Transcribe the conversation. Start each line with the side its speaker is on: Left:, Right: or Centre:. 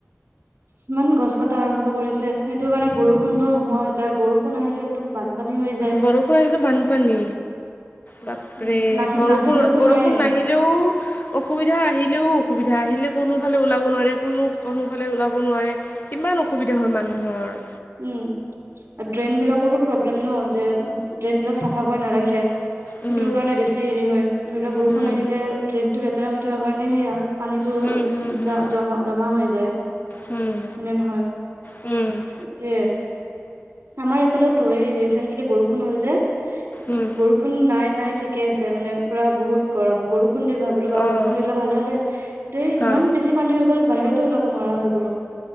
Right: ইমান গছ ক টা আৰম্ভ কৰিছে, সেইটো কাৰণে বৰষুণটো নোহোৱা হৈছে আৰু বৰষুণ আহিলে একদম বানপানী হৈ যায়।
Left: বৰষুণ আহিলেতো বানপানী বাপৰে
Right: উম নাহি
Left: বৰষুণ
Right: নাহিলেতো
Left: বৰষুণ
Right: নাইয়ে
Left: নাহি- লেও- অসুবিধা আহিলেও অসুবিধা আহিলেও কোনোফালে ওলাব নোৱাৰে কোনো কোনোফালে ওলাব নোৱাৰে। কিমান অসুবিধা হয় মানুহৰ।
Right: উম' ড্ৰেইন বিলাকৰো প্ৰব্লেম ন যে ড্ৰেইন বিলাক চাফা কৰি নাৰাখে। সেইটোৰ
Left: উম
Right: কাৰণে বেছি হেৰি হয় ধৰি লক বৰষুণ
Left: হুম
Right: আহিলে ড্ৰেইনটো লেতেৰা হৈ থকা কাৰণে সেয়া- পানীটো
Left: হুম হুম হুম
Right: জ জমা জমা হৈ যায় হয়নে
Left: হুম
Right: নহয়?
Left: উম'
Right: তে আমাৰ এইফালেটো এই ৰিচেন্টলি বৰষুণ হল যে
Left: উম
Right: বৰু- ষুণ নাই নাই ঠিকে আছে মানে পুৰা বহুত গৰম বৰষুণ দিল ভাব- ৰবা
Left: অঁ
Right: বৰষুণ দিলে ভালে হ'লে দেই
Left: হা
Right: ইমান বেছি পানী হৈ গল বাহিৰতেই ওলাব নোৱাৰা হৈ গ'লো।